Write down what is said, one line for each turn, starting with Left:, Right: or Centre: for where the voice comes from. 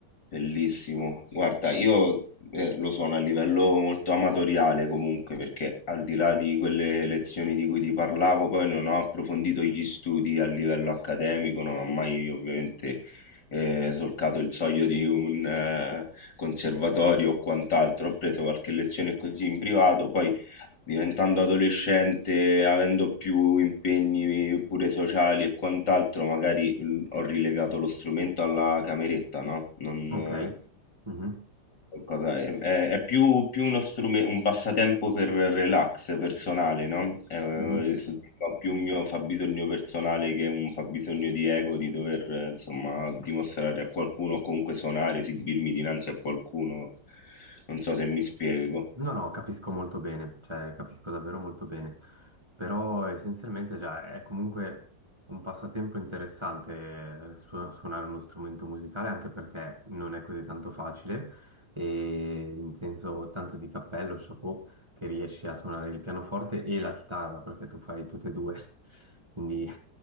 Left: Bellissimo. Guarda, io eh, lo sono a livello molto amatoriale comunque, perché al di là di quelle lezioni di cui ti parlavo, poi non ho approfondito gli studi a livello accademico, non ho mai ovviamente eh, solcato il soglio di un eh, conservatorio o quant'altro. Ho preso qualche lezione così in privato, poi diventando adolescente, avendo più impegni pure sociali e quant'altro, magari l- ho rilegato lo strumento alla cameretta, no? Non,
Right: Ok.
Left: eh,
Right: Mhm.
Left: qualcosa- è, è- è più, più uno strume- un passatempo per relax personale, no? Eh,
Right: Mhm.
Left: soddisfa più un mio fabbisogno personale che un fabbisogno di ego, di dover, eh, insomma, dimostrare a qualcuno o comunque suonare, esibirmi dinanzi a qualcuno. Non so se mi spiego.
Right: No, no, capisco molto bene, cioè capisco davvero molto bene, però essenzialmente già è comunque un passatempo interessante eh, su- suonare uno strumento musicale, anche perché non è così tanto facile e in senso tanto di cappello, chapeau, che riesci a suonare il pianoforte e la chitarra, perché tu fai tutte e due, <laughs> quindi...